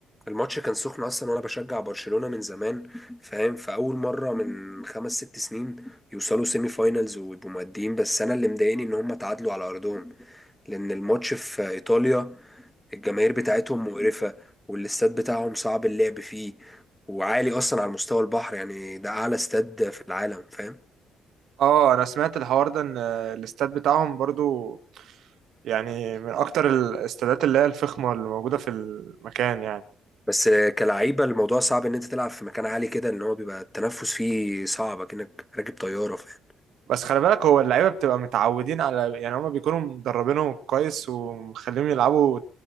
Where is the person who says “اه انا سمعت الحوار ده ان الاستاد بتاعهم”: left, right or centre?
Right